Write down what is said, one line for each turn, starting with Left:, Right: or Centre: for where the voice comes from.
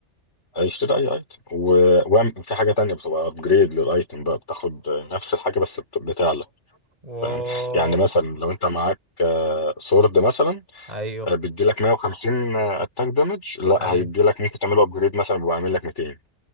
Left: هيشتري اي ايتم و- وأعم- وفي حاجه تانية بتبقى ابجريد للايتم بقى بتاخد نفس الحاجه بس بت- بتعلى
Right: و
Left: فاهم يعني مثلا لو انت معاك آه، سورد مثلا
Right: ايوه
Left: آه، بيديلك 150 اتاك دامج لا
Right: ايوه
Left: هيديلك ممكن تعمله ابجريد مثلا بيبقى عامل لك 200